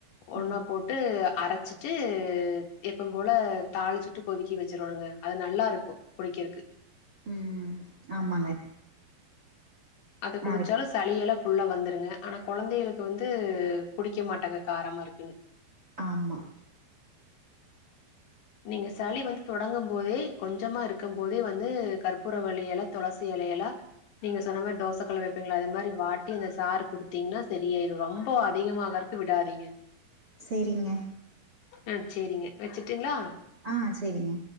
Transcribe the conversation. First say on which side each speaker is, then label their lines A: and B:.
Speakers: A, on the left; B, on the right.
A: ஒன்னா
B: ம்
A: போ ட்டு அரச்சிட்டு எப்பம் போல தாளிச்சி விட்டு கொதிக்க வெச்சோருனுங்க அது நல்லாருக்கு குடிக்கறக்கு
B: ம் ஆமாங்க
A: அது குடிச்சாலு
B: ஆ வெக்
A: சளியெல்லா ஃபுல்லா வந்துருங்க ஆனா கொழந்தைங்களுக்கு வந்து குடிக்க மாட்டங்க காரமா இருக்குன்னு
B: ஆமா
A: நீங்க சளி வந்து தொடங்கும்போதே கொஞ்சமா இருக்கும்போதே வந்து கற்பூரவள்ளி எல துளசி எலயெல்லா நீங்க சொன்ன மாரி தோசைக்கல வெப்பீங்கல்ல அது மாரி வாட்டி இந்த சார் குடுத்தீங்னா சரியாயிரு ரொம்ப அதிகமாகற விடாதீங்க
B: சேரிங்க
A: ஆ சேரிங்க வெச்சுட்டுங்ளா
B: ஆ சேரிங்க